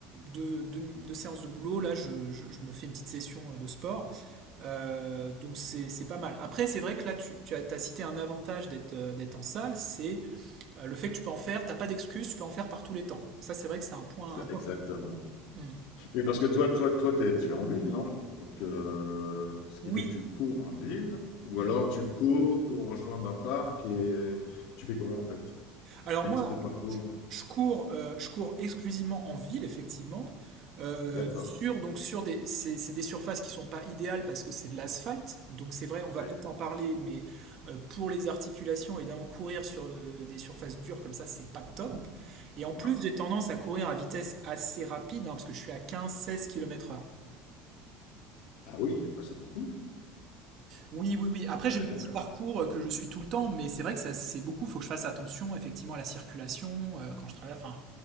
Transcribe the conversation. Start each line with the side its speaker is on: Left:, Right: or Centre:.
Right: deux, deux- deux séances de boulot, là, je, je- je me fais une petite session euh, de sport. Euh, donc c'est c'est pas mal. Après, c'est vrai que là, tu, tu as, t'as cité un avantage d'être euh, d'être en salle, c'est euh, le fait que tu peux en faire. T'as pas d'excuse, tu peux en faire par tous les temps. Ça, c'est vrai que c'est un point,
Left: Exa-
Right: un point.
Left: Exactement.
Right: positif. Mm.
Left: Mais parce que toi, toi, toi, t'es- tu es en ville, non? Donc, euh, ce qui
Right: Oui.
Left: fait que tu cours en ville, ou
Right: Hmm.
Left: alors tu cours pour rejoindre un parc et tu fais comment en fait?
Right: Alors
Left: Quel
Right: moi,
Left: type de
Right: en-
Left: parcours?
Right: je cours, euh, je cours exclusivement en ville, effectivement, euh,
Left: D'accord.
Right: sur, donc sur des, c'est c'est des surfaces qui sont pas idéales parce que c'est de l'asphalte. Donc c'est vrai, on va
Left: Oui.
Right: peut-être en parler, mais euh, pour les articulations, évidemment, courir sur euh, des surfaces dures comme ça, c'est pas top. Et en
Left: Non.
Right: plus, j'ai tendance à courir à vitesse assez rapide, hein, parce que je suis à quinze seize kilomètres heure.
Left: Ah oui, ouais, c'est beaucoup.
Right: Oui, oui, oui. Après,
Left: Ah
Right: j'ai
Left: ouais.
Right: mon petit parcours euh, que je suis tout le temps, mais c'est vrai que ça, c'est beaucoup. Il faut que je fasse attention, effectivement, à la circulation euh, quand je travaille. Enfin,